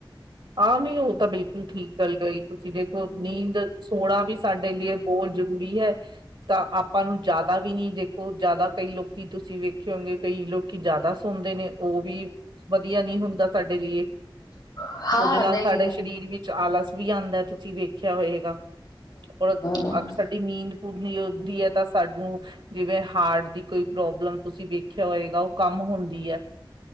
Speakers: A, on the right; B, on the left.
A: ਆਹ ਨਹੀਂ ਔਤਾਂ ਬਿਲਕੁਲ ਠੀਕ ਗੱਲ ਗਹੀ ਤੁਸੀਂ ਦੇਖੋ, ਨੀਂਦ ਸੋਣਾ ਵੀ ਸਾਡੇ ਲੀਏ ਬੋਤ ਜ਼ਰੂਰੀ ਹੈ, ਤਾਂ ਆਪਾਂ ਨੂੰ ਜੈਦਾ ਵੀ ਨੀ ਦੇਖੋ, ਜੈਦਾ ਕਈ ਲੋਕ ਕੀ ਤੁਸੀਂ ਵੇਖੇ ਹੋਣਗੇ ਕਈ ਲੋਕੀ ਜੈਦਾ ਸੋੰਦੇ ਨੇ ਓਹ ਵੀ ਵਧੀਆ ਨੀ ਹੁੰਦਾ ਸਾਡੇ ਲੀਏ।
B: <inaudible> ਹਾਂ
A: ਉਦੇ ਨਾਲ
B: ਨਹੀਂ
A: ਸਾਡੇ ਸਰੀਰ
B: ਹਮ
A: ਵਿੱਚ ਆਲਸ ਵੀ ਆੰਦੈ, ਤੁਸੀਂ ਵੇਖਿਆ ਹੋਏਗਾ। ਔਰ ਅ
B: ਹਮ
A: ਅਬ ਸਾਡੀ ਨੀਂਦ ਪੂਰਣੀ ਹੋੰਦੀ ਐ ਤਾਂ ਸਾਨੂੰ ਜਿਵੇਂ ਹਾਰਟ ਦੀ ਕੋਈ ਪ੍ਰੋਬਲਮ ਤੁਸੀਂ ਵੇਖਿਆ ਹੋਏਗਾ ਓਹ ਕੰਮ ਹੁੰਦੀ ਐ।